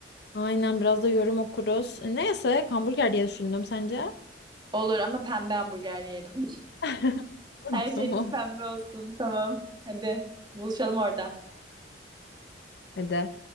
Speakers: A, on the left (about 60°); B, on the right (about 25°).
A: Aynen biraz da yorum okuruz. E, Ne yesek? Hamburger diye düşündüm sence?
B: Olur ama pembe hamburger yiyelim.
A: <laughs>
B: Her
A: Tamam.
B: şeyimiz pembe olsun. Tamam. Hadi buluşalım orada.
A: Hadi.